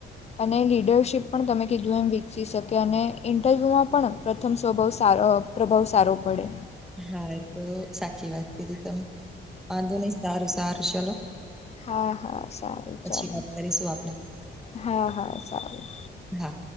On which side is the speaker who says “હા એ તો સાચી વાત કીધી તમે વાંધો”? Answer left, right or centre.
Centre